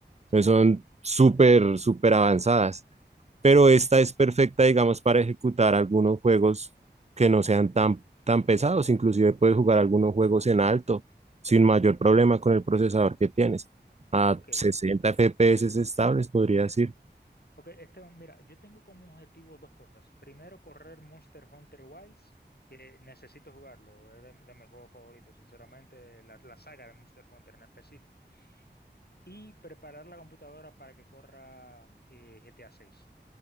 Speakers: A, on the left; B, on the right.
A: Sí,
B: pues son súper, súper avanzadas. Pero esta es perfecta, digamos, para ejecutar algunos juegos que no sean tan, tan pesados. Inclusive puedes jugar algunos juegos en alto sin mayor problema con el procesador que tienes. A
A: ok.
B: 60 FPS estables, podría decir.
A: Ok, este, mira, yo tengo como objetivo dos cosas. Primero, correr Monster Hunter Wilds, que necesito jugarlo, es de, de mis juegos favoritos, sinceramente, la, la saga de Monster Hunter en específico. Y preparar la computadora para que corra eh, GTA 6.